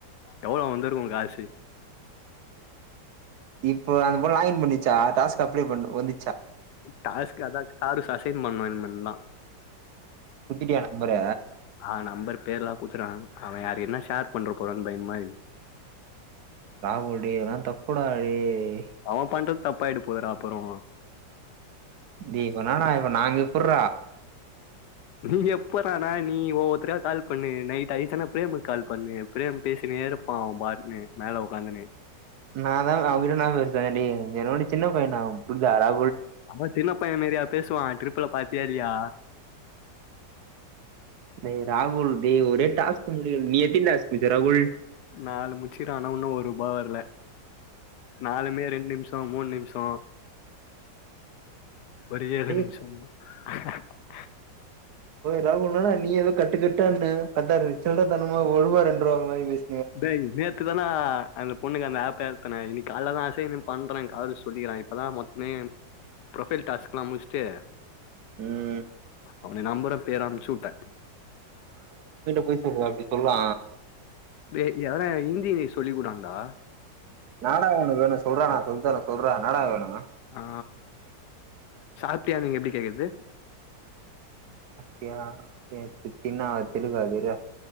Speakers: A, on the left (about 75°); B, on the right (about 65°).
A: எவ்ளோ வந்திருக்கு காசு
B: இப்போ அந்த பொண்ணு வாங்கி பண்ணிச்சா டாஸ்க் அப்ளை பண்ண வந்
A: கசு அத காடு அசைன் பண்னு இன்மேதா
B: குடுத்துட்டியா நம்பர
A: ஆ நம்பர் பேர்லா கூத்துட அவன் யா என்ன ஷார் பண்ற போறா பயமா இருக்
B: ராகுடல் டேய் இதுல்லா தப்புடா டேய்
A: அவ பண்ற தப்பாயிட போதுட அப்புறோ
B: டே இவ என்னடா இவ இப்ப நங்க இப்பற
A: நீ எப்பறானா நீ ஒவ்வொத்தரயா கால் பண்ணு நைட் ஆயிச்சன்னா பிரேமுக்கு கால் பண்ணு பிரேம் பேசினேருப்பா அவ பாட்னு மேல உக்காந்துனு
B: நால்லா அவங்கிட்ட நா என்னா பேசறது டேய் என்ன விட சின்ன பையண்டா அவ புர்தா ரா
A: அவ சின்ன பைய மாரியா பேசுவா ட்ரி ப்ல பாத்தியா இல்லையா
B: டேய் ராகுல் டேய் ஒரே டாஸ்க்கு முடியல நீ எத்தினி டாஸ்க்கு முட்ச்ச ராகுல்?
A: நாலு முட்ச்சுக்கிற ஆனா இன்னு ஒர்ரூபா வரல. நாலுமே ரெண்டு நிமிஷம் மூணு நிமிஷோ ஒரே ஒரு
B: டேய்
A: நிமிஷோ <inaudible> ஹ ஹ
B: ராகுல் என்னாடா நீ ஏதோ கட்டு கட்டான்னே பாத்தா அது சில்றத்தனமா ஒர்ரூவா ரெண்ரூவா மாரி பேசி
A: டேய் நேத்துதான அந்த பொண்ணுக அந்த ஆப் க்கு ஏத்துனே இன்னைக்கி காலைலதா அசைன்மெண்ட் பண்றன்னு காலைல சொல்லிக்கிறாங்க இப்பதா மொத்தமே ப்ரொஃபைல் டாஸ்க் எல்லா முட்ச்சுட்டு
B: ம்
A: அவன நம்பரு பேரு அனுப்ச்சு உட்டே
B: பொய் சொல்வா அப்டி சொல்வா
A: டேய் என்னடா இந்தி சொல்லிக்குடேன்டா
B: ன்னாடா வேணு உனக்கு வேணு சொல்றா நா சொல்லித்தறே சொல்றா ன்னாடா வேணு?
A: ஆ சாப்டியானு எப்டி கேக்கறது?
B: சாப்டியா <unintelligible> அது தெலுகு அது இர்றா